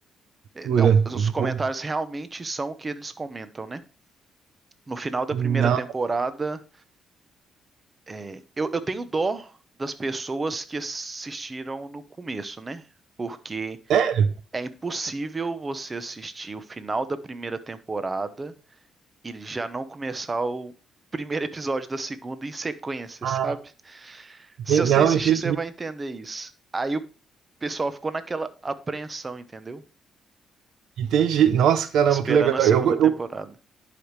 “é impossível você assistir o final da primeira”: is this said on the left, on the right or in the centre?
Right